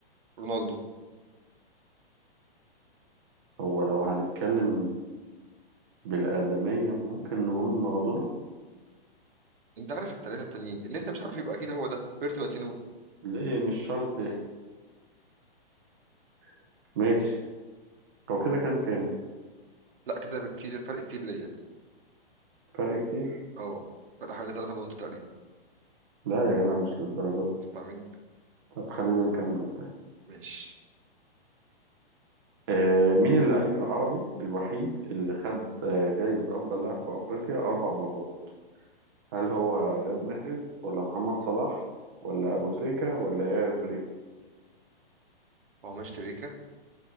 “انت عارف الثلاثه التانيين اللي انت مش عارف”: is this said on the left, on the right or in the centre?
Right